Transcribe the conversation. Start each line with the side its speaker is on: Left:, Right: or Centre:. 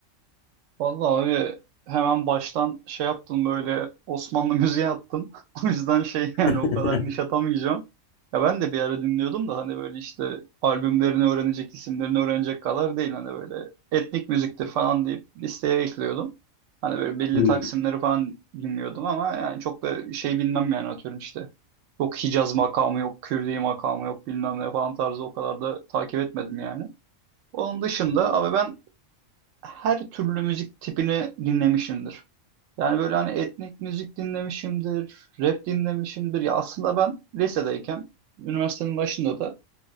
Right: Vallahi abi hemen baştan şey yaptım böyle Osmanlı müziği attım. <laughs> O yüzden şey
Left: <laughs>
Right: yani o kadar niş atamayacağım. Ya ben de bir ara dinliyordum da hani böyle işte albümlerini öğrenecek, isimlerini öğrenecek kadar değil. Hani böyle etnik müziktir falan deyip listeye ekliyordum. Hani böyle belli
Left: Hmm,
Right: taksimleri falan dinliyordum ama yani çok da şey bilmem yani atıyorum işte. Yok Hicaz makamı, yok Kürdi makamı, yok bilmem ne falan tarzı o kadar da takip etmedim yani. Onun dışında
Left: hmm,
Right: abi ben her türlü müzik tipini dinlemişimdir. Yani böyle hani etnik müzik dinlemişimdir, rap dinlemişimdir. Ya aslında ben lisedeyken, üniversitenin başında da